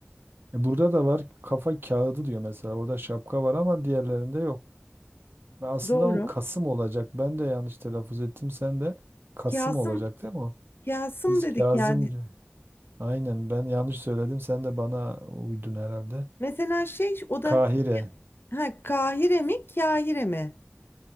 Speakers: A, on the right; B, on the left.
A: E, burada da var kafa kağıdı diyor mesela. Orada şapka var ama diğerlerinde yok. Ve Aslında
B: Doğru.
A: o Kasım olacak. Ben de yanlış telaffuz ettim. Sen de Kasım
B: Kasım
A: olacak değil mi o?
B: Kasım
A: Biz
B: dedik
A: Kazım
B: yani.
A: gibi. Aynen ben yanlış söyledim. Sen de bana uydun herhalde.
B: Mesela şey o da
A: Kahire.
B: ha, Kahire mi Kahire mi?